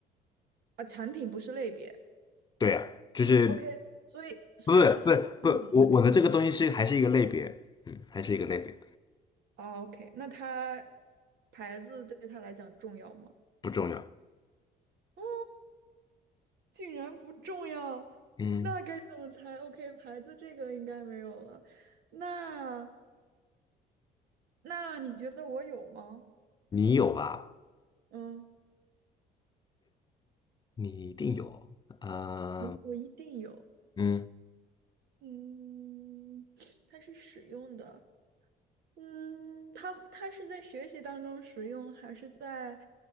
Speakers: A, on the right; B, on the left.
A: 啊，产品不是类别。
B: 对啊，就是
A: OK，所以所以它是一个很有名的牌。
B: 不是不是不是，我我的这个东西是还是一个类别，
A: 子。
B: 嗯，还是一个类别，
A: 哦，OK，那他牌子对他来讲重要吗？
B: 不重要。
A: 啊，竟然不重要，
B: 嗯，
A: 那该怎么猜？OK，牌子这个应该没有了。那那你觉得我有吗？
B: 你有吧？
A: 嗯，
B: 你一定有，啊，
A: 我我一定有。
B: 嗯，
A: 嗯，它是使用的。嗯，它它是在学习当中使用，还是在